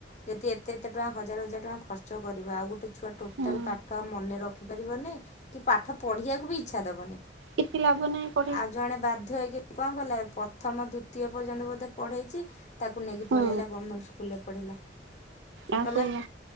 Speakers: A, on the left; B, on the right.
A: ଯଦି ଏତେ ଏତେ ଟଙ୍କା ହଜାର ହଜାର ଟଙ୍କା ଖର୍ଚ୍ଚ କରିବ ଆଉ ଗୋଟେ ଛୁଆ ଟୋଟାଲ
B: ହୁଁ
A: ପାଠ ମନେ ରଖିପାରିବନି କି ପାଠ ପଢ଼ିବାକୁ ବି ଇଚ୍ଛା ଦେବନି
B: କିଛି ଲାଭ ନାଇଁ ପ
A: ଆଉ ଜଣେ ବାଧ୍ୟ ହେଇକି କଣ କଲେ ପ୍ରଥମ ଦ୍ଵିତୀୟ ପର୍ଯ୍ୟନ୍ତ ବୋଧେ ପଢ଼େଇଛି ତାକୁ ନେଇକି
B: ହୁଁ
A: ପଳେଇ ଆଇଲା ଗଭର୍ଣ୍ଣମେଣ୍ଟ ସ୍କୁଲରେ ପଢ଼େଇଲା।
B: ଆଉ
A: କହିଲେ
B: ସେଇଆ